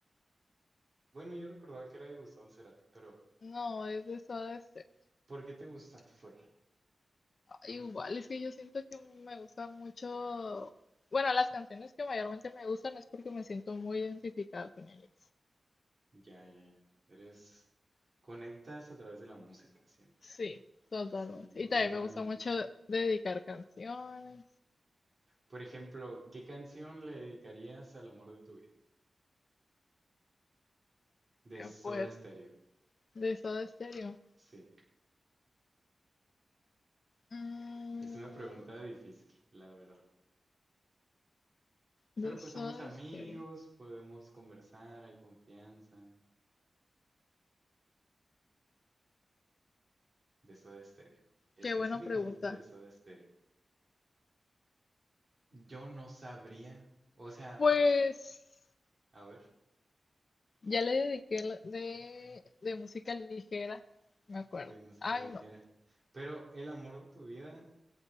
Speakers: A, on the right (about 35°); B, on the left (about 60°).
A: bueno, yo recordaba que era de Gustavo Cerati, pero
B: No, es de Soda Stereo.
A: ¿por qué te gusta? Fue.
B: Igual, es que yo siento que me gusta mucho, bueno, las canciones que mayormente me gustan es porque me siento muy identificada con ellas.
A: Ya, ya, ya. Eres, conectas a través de la música, siento.
B: Sí, totalmente.
A: Sí, yo
B: Y también
A: también.
B: me gusta mucho dedicar canciones.
A: Por ejemplo, ¿qué canción le dedicarías al amor de tu vida? De
B: Qué
A: Soda
B: fuerte.
A: Stereo.
B: De Soda Stereo.
A: Sí,
B: Mm,
A: es una pregunta difícil, la verdad.
B: de
A: Pero pues
B: Soda
A: somos amigos,
B: Stereo.
A: podemos conversar, hay confianza. de Soda Stereo, específicamente
B: Qué buena pregunta.
A: de Soda Stereo. Yo no sabría, o sea,
B: Pues
A: a ver,
B: ya le dediqué la- de, de música ligera, me acuerdo.
A: de música
B: Ay,
A: ligera,
B: no.
A: pero el amor de tu vida